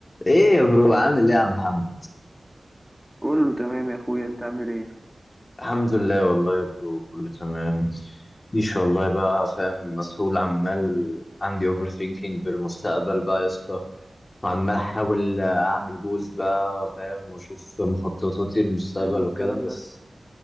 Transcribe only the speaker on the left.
ايه يا برو عامل ايه يا عم محمد
الحمد لله والله يا برو كله تمام مفيش والله بقى فاهم مسؤول عمال عندي اوفر ثينكينج بالمستقبل بقى يا اسطى وعمال احاول اعمل جولز بقى فاهم واشوف مخططاتي للمستقبل
وكده بس